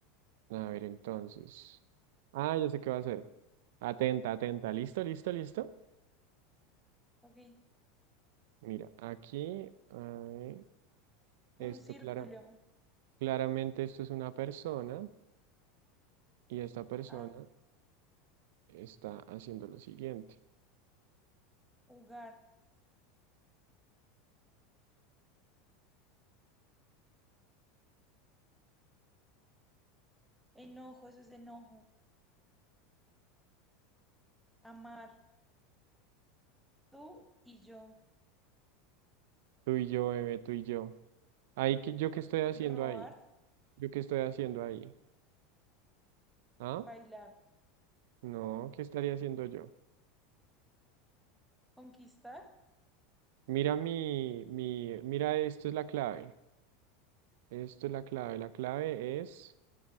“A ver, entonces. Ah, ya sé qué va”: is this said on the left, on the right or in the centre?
Right